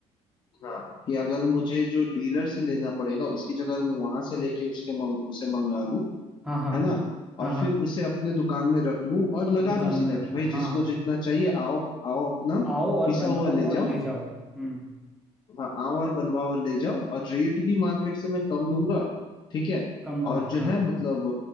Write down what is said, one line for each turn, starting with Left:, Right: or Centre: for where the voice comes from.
Left: हाँ कि अगर मुझे जो डीलर से लेना पड़ेगा उसकी जगह मैं वहां से लेके उसके मंग, उसे मंगा लूं
Centre: हाँ हाँ
Left: है ना और
Centre: हाँ हाँ
Left: फिर उसे अपने दुकान में रख लूं और लगा
Centre: दुकान
Left: दूं सीधा
Centre: में रख
Left: कि
Centre: लो
Left: भाई
Centre: हाँ
Left: जिसको जितना चाहिए आओ आओ अपना
Centre: आओ और
Left: पिसा
Centre: बनवाओ
Left: हुआ ले
Centre: और
Left: जाओ
Centre: ले जाओ हम्म
Left: हाँ आओ और बनवाओ और ले जाओ और रेट भी मार्केट से मैं कम दूंगा ठीक है
Centre: कम दोगे
Left: और जो
Centre: हाँ
Left: है मतलब